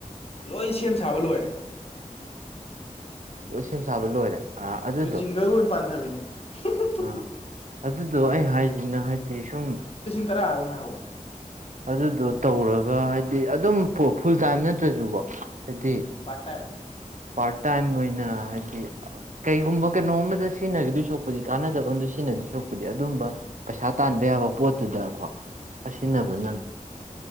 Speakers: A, on the left; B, on the right.
A: ꯂꯣꯏ ꯁꯦꯝ ꯁꯥꯕ ꯂꯣꯏꯔꯦ
B: ꯂꯣꯏ ꯁꯦꯝ ꯁꯥꯕ ꯂꯣꯏꯔꯦ ꯑꯥ ꯑꯗꯨꯗꯣ
A: ꯖꯤꯡꯒꯒ ꯑꯣꯏꯅ ꯄꯥꯟꯊꯕꯤꯅꯦ <unintelligible>
B: ꯑꯥ ꯑꯗꯨꯗꯣ ꯑꯩ ꯍꯥꯏꯁꯤꯅ ꯍꯥꯏꯕꯗꯤ ꯁꯨꯝ
A: ꯇꯔꯥꯒꯨꯝꯉ ꯍꯥꯏꯍꯧꯕꯅꯦ
B: ꯑꯗꯨꯗꯣ ꯇꯧꯔꯒ ꯍꯥꯏꯗꯤ ꯑꯗꯨꯝ ꯐꯨꯜ ꯇꯥꯏꯝ ꯅꯠꯇ꯭ꯔꯁꯨꯀꯣ ꯍꯥꯏꯗꯤ
A: ꯄ꯭ꯔꯥꯇ ꯇꯥꯏꯝ
B: ꯄꯥꯔꯠ ꯇꯥꯏꯝ ꯑꯣꯏꯅ ꯍꯥꯏꯗꯤ ꯀꯩꯒꯨꯝꯕ ꯀꯩꯅꯣꯝ ꯑꯃꯗ ꯁꯤꯖꯤꯟꯅꯈꯤꯗꯨꯏ ꯁꯔꯨꯛꯄꯨꯗꯤ ꯀꯥꯟꯅꯗꯕ ꯑꯃꯗ ꯁꯤꯖꯤꯟꯅꯗꯣꯏ ꯁꯔꯨꯛꯄꯨꯗꯤ ꯑꯗꯨꯝꯕ ꯄꯩꯁꯥ ꯇꯥꯟꯕ ꯌꯥꯕ ꯄꯣꯠꯇꯨꯗꯀꯣ ꯁꯤꯟꯅꯕꯅ
A: ꯃꯥꯅꯦ